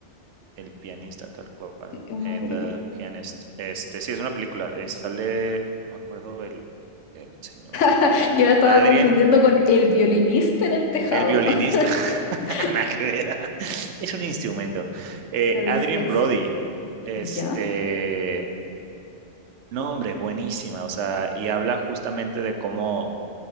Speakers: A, on the right; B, on the left.
A: el pianista tal cual,
B: Sí, es una
A: eh,
B: película.
A: The Pianist. Este, sí, es una película, eh, sale, no me acuerdo el, el señor, este,
B: <laughs>
A: ¿cómo se llama?
B: Yo la estaba
A: Adrien,
B: confundiendo con El violinista en el tejado.
A: el violinista,
B: <laughs>
A: <laughs> nada que ver, es un instrumento. Eh,
B: La dislexia.
A: Adrien Brody, este,
B: ¿Ya?
A: no, hombre, buenísima, o sea, y habla justamente de cómo